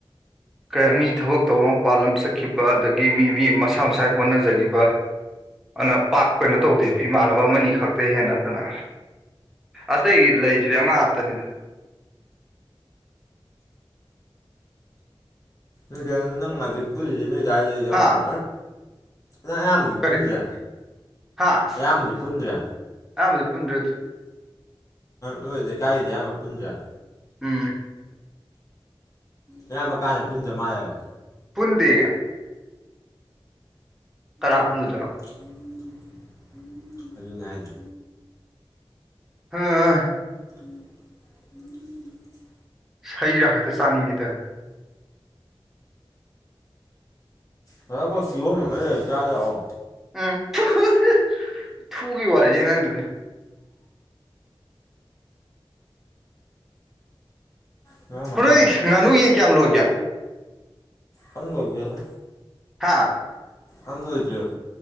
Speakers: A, in the centre; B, on the left.
A: ꯀꯩꯅꯣ ꯃꯤ ꯊꯕꯛ ꯇꯧꯕ ꯃꯄꯥꯥꯟꯜꯂꯝ ꯆꯠꯈꯤꯕ ꯑꯗꯒꯤ ꯃꯤ ꯃꯤ ꯃꯁꯥ ꯃꯁꯥꯏ ꯍꯣꯠꯅꯖꯒꯤꯕ ꯑꯟꯅ ꯄꯥꯛ ꯀꯩꯅꯣ ꯇꯧꯗꯦꯕ ꯏꯃꯥꯟꯅꯕ ꯑꯃꯅꯤ ꯈꯛꯇꯩ ꯍꯦꯟꯅ ꯅꯠꯇꯅ ꯑꯇꯩ ꯂꯩꯖꯤꯗꯤ ꯑꯉꯥꯡ ꯉꯥꯛꯇꯥꯅꯦ
B: ꯑꯗꯨꯑꯣꯏꯇꯥꯗꯤ ꯅꯪ ꯍꯧꯖꯤꯛ ꯄꯨꯜꯂꯤꯖꯦ ꯅꯣꯏꯑꯗꯥꯏꯗꯩꯩ ꯌꯥꯎꯗ꯭ꯔꯣ
A: ꯍꯥ
B: ꯅꯪ ꯑꯌꯥꯝꯕꯗꯤ
A: ꯀꯔꯤ
B: ꯄꯨꯟꯗ꯭ꯔꯦ
A: ꯍꯥ
B: ꯑꯌꯥꯝꯕꯗꯤ ꯄꯨꯟꯗ꯭ꯔꯦ
A: ꯑꯌꯥꯝꯕꯗꯤ ꯄꯨꯟꯗ꯭ꯔ
B: ꯅꯣꯏ ꯂꯩꯀꯥꯏꯒꯤꯗꯤ ꯑꯌꯥꯝꯕ ꯄꯨꯟꯗ꯭ꯔꯦ
A: ꯎꯝ
B: ꯑꯌꯥꯝꯕ ꯀꯥꯟꯗ ꯄꯨꯟꯗ ꯃꯥꯜꯂꯦꯕ
A: ꯄꯨꯟꯗꯦ ꯀꯅꯥ
B: <unintelligible>
A: ꯄꯨꯜꯂꯨꯗꯅꯣ
B: ꯑꯗꯨꯅꯦ ꯍꯥꯏꯖꯦ
A: ꯍꯥꯥ ꯑꯥ
B: <inaudible>
A: ꯍꯩꯔꯥ ꯈꯛꯇ ꯆꯥꯅꯤꯡꯉꯤꯗ
B: ꯕ꯭ꯔꯗꯔ ꯑꯩꯈꯣꯏ ꯀꯤꯍꯣꯝ ꯌꯣꯟꯕ ꯂꯩ ꯆꯥꯖꯤ ꯂꯥꯛꯑꯣ
A: ꯎꯝ <unintelligible> ꯋꯥꯔꯤꯅꯤ ꯅꯪꯗꯨꯗꯤ
B: ꯀꯤꯍꯣꯝ
A: ꯍꯣꯔꯣꯏ
B: ꯑꯃ
A: ꯉꯥꯅꯨ ꯌꯦꯟ ꯀꯌꯥꯝ ꯂꯣꯏꯒꯦ
B: ꯑꯝ ꯂꯣꯏꯗꯦꯗꯥ
A: ꯍꯥꯥ
B: ꯑꯝ ꯂꯣꯏꯗꯦꯕ